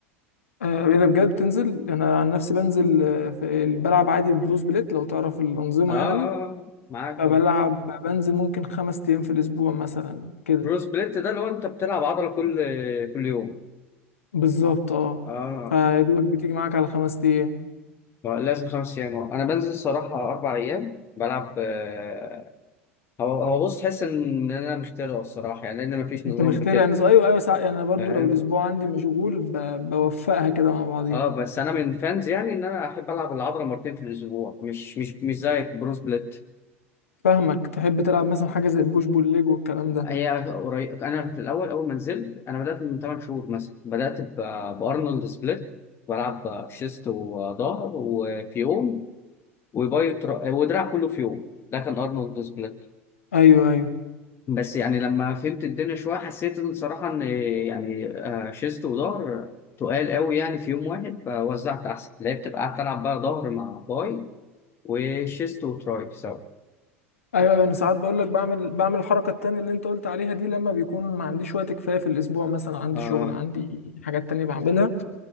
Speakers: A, on the left; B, on the left.
A: آه اذا بجد تنزل انا عن نفسي بنزل آه، في بلعب عادي بروس بليت لو تعرف الانظمه
B: اه آه،
A: يعني
B: آه، معاك
A: فبلعب
B: طبعا
A: بنزل ممكن خمس ايام في الاسبوع مثلا كده
B: برو سبليت ده لو انت بتلعب عضله كل كل يوم
A: بالظبط اه
B: اه
A: فيا دوبك بتيجي معاك على خمس ايام
B: ما لازم خمس ايام آه. انا بنزل صراحه اربع ايام بلعب آه، هو هو بص تحس ان انا مخترع الصراحه يعني لان مفيش نظام
A: انت فاهمني
B: بكده
A: مخترع يعني ايوه ايوه ساعة يعني انا برضو
B: فاهم
A: لو الاسبوع عندي مشغول ب... بوفقها كده مع بعضيها
B: اه بس انا من فانز يعني ان انا احب العب العضله مرتين في الاسبوع مش مش مش زيك برو سبليت
A: فاهمك تحب تلعب مثلا حاجه زي البوش بول ليج والكلام ده
B: هي قريب انا في الاول اول ما نزلت انا بدات من 8 شهور مثلا بدات ب- بارنولد سبليت بلعب شيست وظهر وفي يوم وباي وتر- ودراع كله في يوم ده كان ارنولد سبليت
A: ايوه ايوه
B: بس يعني لما فهمت الدنيا شويه حسيت إن صراحه ان يعني آه، شيست وظهر تقال قوي يعني في يوم واحد فوزعت احسن لعبت بقى قعدت العب بقى ظهر مع باي وشيست وتراي سوا
A: ايوه ايوه انا ساعات بقول لك بعمل بعمل الحركه التانية اللي انت قلت عليها دي لما بيكون ما عنديش وقت كفايه في الاسبوع مثلا عندي
B: اه
A: شغل عندي حاجات تانية بعملها